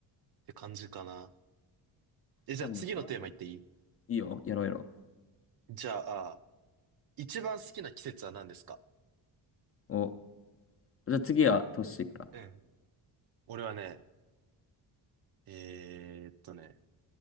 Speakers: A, on the right (about 50°); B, on the left (about 30°).
A: て感じかな。え、じゃあ次のテーマいっていい
B: じゃあもうそれはもういいよ、やろうやろ
A: じゃあ、一番好きな季節は何ですか
B: う。お、じゃあ次はトッシーから。
A: うん。俺はね、えーっとね、